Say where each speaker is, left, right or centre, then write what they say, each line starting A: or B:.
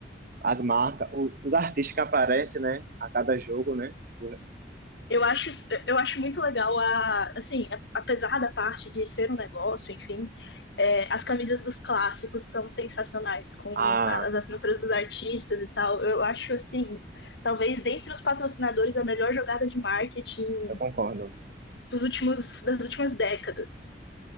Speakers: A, on the right (about 50°); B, on the left (about 65°).
A: as marcas, o- os artistas que aparecem, né, a cada jogo, né? O-
B: Eu acho, eu acho muito legal a, assim, a- apesar da parte de ser um negócio, enfim, é, as camisas dos clássicos são sensacionais, com
A: Ah,
B: as assinaturas dos artistas e tal. Eu acho assim, talvez dentre os patrocinadores a melhor jogada de marketing
A: eu concordo.
B: dos últimos, das últimas décadas.